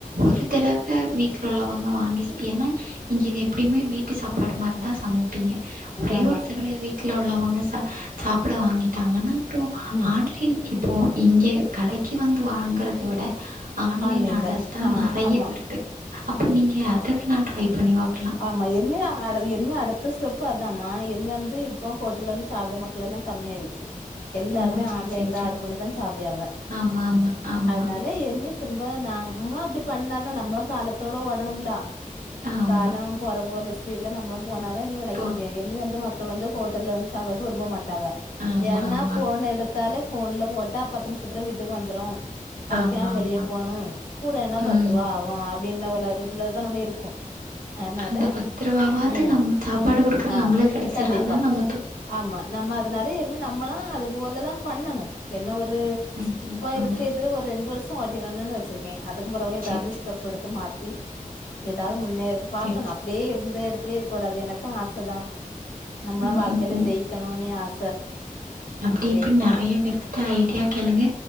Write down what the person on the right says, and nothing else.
ஒரு தரவை வீட்டுல உள்ளவங்க வாங்கி சா என்னா இங்க இது எப்புடியுமே வீட்டு சாப்பாடு மாருதா சமப்பீங்க ஒரே
ஒரு தடவ வீட்ல உள்ளவங்க ச சாப்பிட வாங்கிட்டாங்கன்னா அப்புற
ஆன்லைன் இப்போ இங்க கடைக்கு வந்து வாங்கறத விட ஆன்லைன்
ஆடர்ஸ் தா
நெறைய
வருது அப்போ நீங்க அத வேணா ட்ரை பண்ணிபாக்கலா
ஓ சேரி
சேரி சேரி
ஆமாமா, ஆமா, ஆமா.
ஆமா
போ
ஆமாமா,
ஆமாமா.
ம்.
அந்த பத்து ரூபாவது
நம் சாப்பாடு கொடுக்குற
நம்மள கிடைச்சறாதா
நம்ம
ம்,
ம்,
ம்.
சரி, சரி,
சரி, சரி.
ம்,
ம், ம்.
அப்டி
இப்டி நெறைய பேருக்கு இப்ப ஐடியா கேளுங்க